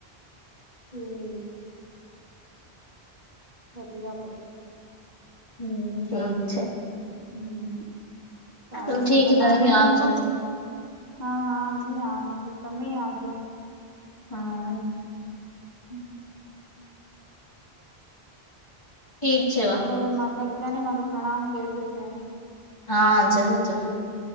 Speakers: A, on the right; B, on the left.
A: હમ્મ વધિયા વધિયા.
B: હમ્મ ઠીક છે.
A: હમ્મ. સારું
B: ચલો
A: છે
B: ઠીક
A: તો
B: તમે
A: આનંદ
B: બી આવજો
A: મંગલ હા હા હ આવ છું તમે આવજો.
B: હા
A: હમ્મ.
B: ઠીક છે વા
A: અ માતા પિતા ને મારું પ્રણામ કેજો છે.
B: હા જરૂર જરૂર.